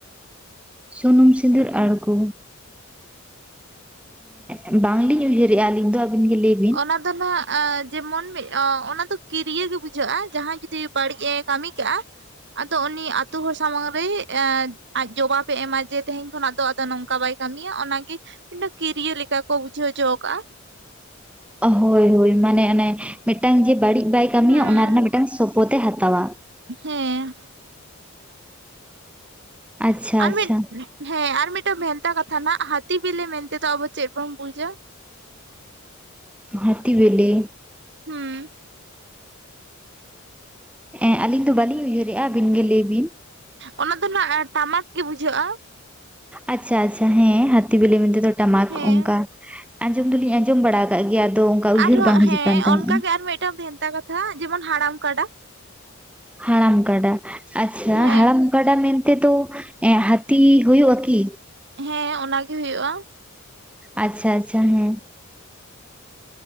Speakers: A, in the centre; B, on the right.
A: ᱥᱩᱱᱩᱢ ᱥᱤᱸᱫᱩᱨ ᱟᱬᱜᱳ ᱮᱸ ᱵᱟᱝᱞᱤᱧ ᱩᱭᱦᱟᱹᱨᱮᱜᱼᱟ ᱟᱹᱞᱤᱧ ᱫᱚ ᱟᱵᱤᱱ ᱜᱮ ᱞᱟᱹᱭ ᱵᱤᱱ ᱾
B: ᱚᱱᱟ ᱫᱚ ᱱᱟᱸᱜ ᱡᱮᱢᱚᱱ ᱢᱤᱫ ᱚᱱᱟ ᱫᱚ ᱠᱤᱨᱭᱟᱹ ᱜᱮ ᱵᱩᱡᱷᱟᱹᱜᱼᱟ ᱡᱟᱦᱟᱸᱭ ᱡᱩᱫᱤ ᱵᱟᱹᱲᱤᱡ ᱮ ᱠᱟᱹᱢᱤ ᱠᱟᱜᱼᱟ ᱟᱫᱚ ᱩᱱᱤ ᱟᱛᱩ ᱦᱚᱲ ᱥᱟᱢᱟᱝ ᱨᱮ ᱟᱡ ᱡᱚᱵᱟᱵᱮ ᱮᱢᱟ ᱡᱮ ᱛᱮᱦᱮᱧ ᱠᱷᱚᱱᱟᱜ ᱫᱚ ᱟᱫᱚ ᱱᱚᱝᱠᱟ ᱵᱟᱭ ᱠᱟᱹᱢᱤᱭᱟ, ᱚᱱᱟᱜᱮ <unintelligible> ᱠᱤᱨᱭᱟᱹ ᱞᱮᱠᱟ ᱠᱚ ᱵᱩᱡᱷᱟᱹᱣ ᱦᱚᱪᱚ ᱠᱟᱜᱼᱟ ᱾
A: ᱦᱳᱭ ᱦᱳᱭ ᱢᱟᱱᱮ ᱚᱱᱮ ᱢᱤᱫᱴᱟᱝ ᱡᱮ ᱵᱟᱹᱲᱤᱡ ᱵᱟᱭ ᱠᱟᱹᱢᱤᱭᱟ
B: ᱦᱩᱸ
A: ᱚᱱᱟ ᱨᱮᱱᱟᱜ ᱢᱤᱫᱴᱟᱝ ᱥᱚᱯᱚᱛ ᱮ ᱦᱟᱛᱟᱣᱟ ᱾
B: ᱦᱮᱸ ᱾
A: ᱟᱪᱪᱷᱟ
B: ᱟᱨ
A: ᱟᱪᱪᱷᱟ
B: ᱢᱤᱫ ᱦᱮᱸ ᱟᱨ ᱢᱤᱫᱴᱟᱝ ᱵᱷᱮᱱᱛᱟ ᱠᱟᱛᱷᱟ ᱱᱟᱜ ᱦᱟᱹᱛᱤ ᱵᱤᱞᱤ ᱢᱮᱱᱛᱮ ᱫᱚ ᱟᱵᱚ ᱪᱮᱫ ᱵᱚᱱ ᱵᱩᱡᱟ?
A: ᱦᱟᱛᱤ ᱵᱮᱞᱮ?
B: ᱦᱩᱸ ᱾
A: ᱮᱸ ᱟᱹᱞᱤᱧ ᱫᱚ ᱵᱟᱹᱞᱤᱧ ᱩᱭᱦᱟᱹᱨᱮᱜᱼᱟ, ᱟᱹᱵᱤᱱ ᱜᱮ ᱞᱟᱹᱭ ᱵᱤᱱ ᱾
B: ᱚᱱᱟ ᱫᱚ ᱱᱟᱜ ᱴᱟᱢᱟᱠ ᱜᱮ ᱵᱩᱡᱷᱟᱹᱜᱼᱟ ᱾
A: ᱟᱪᱪᱷᱟ ᱟᱪᱪᱷᱟ ᱦᱮᱸ ᱦᱟᱹᱛᱤ ᱵᱤᱞᱤ ᱢᱮᱱᱛᱮ ᱫᱚ ᱴᱟᱢᱟᱠ
B: ᱦᱮᱸ
A: ᱚᱱᱠᱟ ᱟᱸᱡᱚᱢ ᱫᱚᱞᱤᱧ ᱟᱸᱡᱚᱢ ᱵᱟᱲᱟᱣ ᱠᱟᱜ ᱜᱮᱭᱟ ᱟᱫᱚ ᱚᱱᱠᱟ ᱩᱭᱦᱟᱹᱨ
B: ᱟᱨᱦᱚᱸ
A: ᱵᱟᱝ ᱦᱤᱡᱩᱜ
B: ᱦᱮᱸ
A: ᱠᱟᱱ ᱛᱟᱦᱮᱸᱫᱼᱟ
B: ᱚᱱᱠᱟᱜᱮ
A: ᱾
B: ᱟᱨ ᱢᱮᱫᱴᱟᱝ ᱵᱷᱮᱱᱛᱟ ᱠᱟᱛᱷᱟ ᱡᱮᱢᱚᱱ ᱦᱟᱲᱟᱢ ᱠᱟᱰᱟ ᱾
A: ᱦᱟᱲᱟᱢ ᱠᱟᱰᱟ ᱟᱪᱪᱷᱟ
B: ᱦᱮᱸ
A: ᱦᱟᱲᱟᱢ ᱜᱟᱰᱟ ᱢᱮᱱ ᱛᱮ ᱫᱚ ᱮᱸ ᱦᱟᱹᱛᱤ ᱦᱩᱭᱩᱜᱼᱟ ᱠᱤ?
B: ᱦᱮᱸ ᱚᱱᱟ ᱜᱮ ᱦᱩᱭᱩᱜᱼᱟ ᱾
A: ᱟᱪᱪᱷᱟ ᱟᱪᱪᱷᱟ ᱦᱮᱸ ᱾